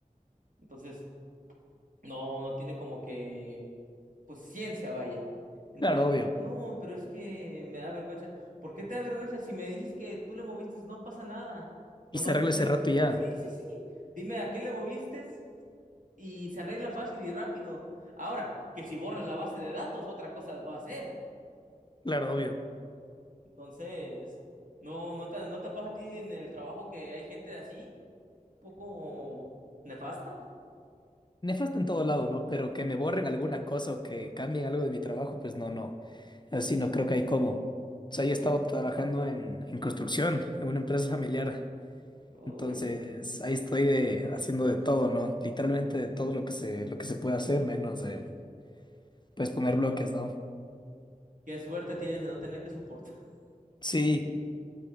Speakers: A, on the right; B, on the left.
A: Entonces, no, no tiene como que pues ciencia, vaya. Entonces
B: Claro,
A: ya,
B: obvio.
A: no, pero es que me da vergüenza. ¿Por qué te da vergüenza? Si me dices que tú le moviste, no pasa nada.
B: Y
A: Nomás
B: se arregla
A: dime,
B: ese rato y ya.
A: sí, sí, sí, dime a qué le moviste y se arregla fácil y rápido. Ahora, que si borras la base de datos, otra cosa va a ser.
B: Claro, obvio.
A: Entonces, no, no te, no te pasa a ti en el trabajo que hay gente así, poco nefasta.
B: Nefasto en todo lado, ¿no? Pero que me borren alguna cosa o que cambien algo de mi trabajo, pues no, no. Así no creo que hay cómo. O sea, yo he estado trabajando en, en construcción, en una empresa familiar.
A: Uy,
B: Entonces, ahí estoy de, haciendo de todo, ¿no? Literalmente de todo lo que se, lo que se puede hacer, menos de, pues, poner bloques, ¿no?
A: qué suerte tienes de no tener que soportar. <laughs>
B: Sí,